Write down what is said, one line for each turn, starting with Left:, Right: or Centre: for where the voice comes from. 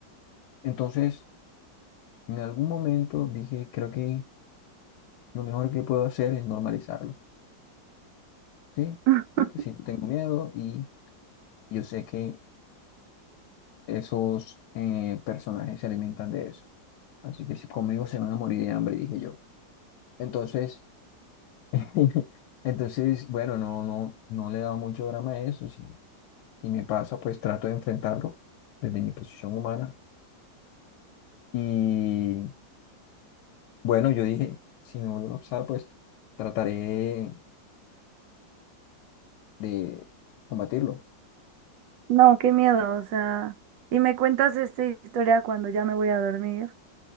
Left: Entonces, en algún momento dije, creo que lo mejor que puedo hacer es normalizarlo, ¿sí?
Right: <laughs>
Left: Porque si yo tengo miedo y yo sé que esos eh, personajes se alimentan de eso. Así que si conmigo se van a morir de hambre, dije yo. Entonces, <laughs> Entonces, bueno, no, no, no le he dado mucho drama a eso. Si, si me pasa, pues trato de enfrentarlo desde mi posición humana. Y bueno, yo dije, si me vuelvo a pasar, pues trataré de combatirlo.
Right: No, qué miedo, o sea. Y me cuentas esta historia cuando ya me voy a dormir.